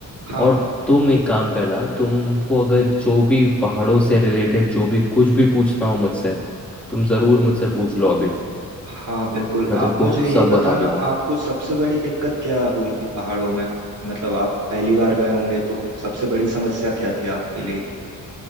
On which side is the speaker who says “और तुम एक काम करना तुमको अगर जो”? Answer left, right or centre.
Centre